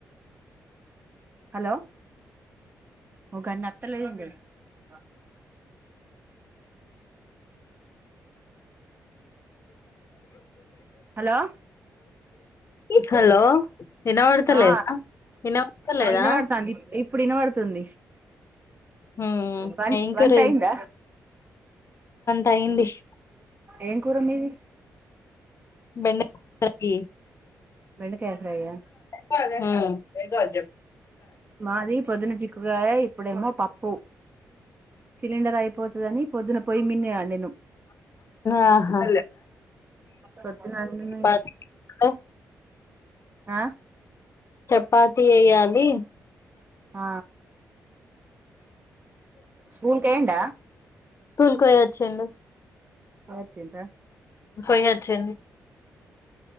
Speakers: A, on the right; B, on the left.
A: హలో ఒక అన్ని అత్తలేదండి ఆ హలో
B: హలో ఇనబడత
A: ఆ
B: లేదా ఇనబడత లేదా
A: ఆ ఇనబడుతాంది ఇప్పుడు ఇన బడుతుంది
B: హ్మ్
A: వన్
B: ఏం
A: వంటయ్యింద
B: కూర టైంబిష్
A: ఏం కూర మీది
B: బెండకాయ
A: బెండకాయ ఫ్రై ఆ
B: హుమ్
A: మాది పొద్దున్న చిక్కుడుగాయ ఇప్పుడేమో పప్పు సిలిండర్ అయిపోతు అని పొద్దున పొయ్యి మీదే అండిన్ను
B: ఆహా
A: పొద్దున అండిన
B: ప దు
A: ఆ
B: చపాతి ఎయ్యాలి
A: ఆ స్కూల్ కెళ్లిండ
B: స్కూల్ కి పోయి వచ్చిండు
A: అచింద
B: పోయొచ్చింది